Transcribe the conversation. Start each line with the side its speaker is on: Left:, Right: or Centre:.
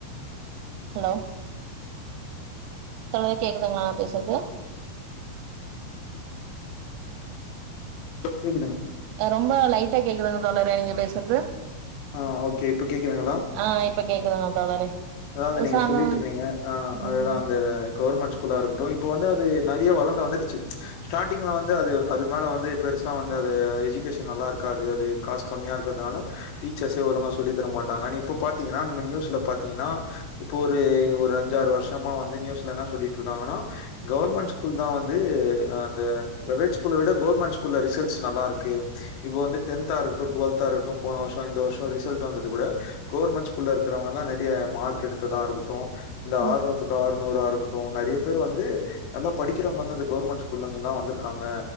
Right: ஹலோ
Left: ஆ கேக்குதுங்களா அப்ப சரி
Right: தோழரே கேக்குதுங்களா நா பேசுறது
Left: சேரி சேரி கேக்குது கேக்குது கேக்குது <inaudible> ஆ ஆ இப்ப கேக்
Right: ஆ ரொம்ப லைட்டா கேக்குதுங்க தோழரே நீங்க பேசுறது
Left: ஆ ஓகே இப்ப கேக்குதுங்களா
Right: ஆ இப்ப கேக்குதுங்க தோழரே.
Left: அதாவது நீங்க
Right: சாதோ
Left: சொல்லிட்ருந்தீங்க ஆ அதுதா
Right: ம்
Left: அந்த கவர்மெண்ட் ஸ்கூலா இருக்கட்டு இப்ப வந்து அ து நெறைய வளந்து வந்துடுச்சு ஸ்டார்ட்டிங்ல வந்து அது அது மேல வந்து பெருசா வந்து அது எஜுகேஷன் நல்லா இருக்காது அது. காஸ் கம்மியா இருக்கறதுனால டீச்சர்ஸே ஒழுங்கா சொல்லி தரமாட்டாங்கன்னு. இப்போ பாத்தீங்கன்னா நம்ம நியூஸ்ல பாத்தீங்கன்னா இப்போ ஒரு ஒரு அஞ்சாறு வருஷமா வந்து நியூஸ்ல என்னா சொல்லிட்டு இருக்காங்கன்னா கவர்மெண்ட் ஸ்கூல்தா வந்து து ஆ அந்த பிரைவேட் ஸ்கூல விட கவுர்மெண்ட் ஸ் கூல்ல ரிசல்ட்ஸ் நல்லா இருக்கு. இப்ப வந்து டென்த்தா இருக்கட்டு டுவெல்த்தா இருக்கட்டு போன வருஷோ இந்த வருஷோ ரிசல்ட் வந்தது கூட கவர்மெண்ட் ஸ்கூல்ல இருக்கறவங்கதா நெ றைய மார் க் எடுத்ததா இருக்கட்டு இந்த
Right: ம்
Left: ஆறுநூத்துக்கு ஆறு நூறா இருக்கட் டு நெறைய பேர் வந்து நல்லா படிக்கிறவங்க வந்து அந்த கவர்மெண்ட் ஸ்கூல்ல இருந்துதா வந்திருக்காங்க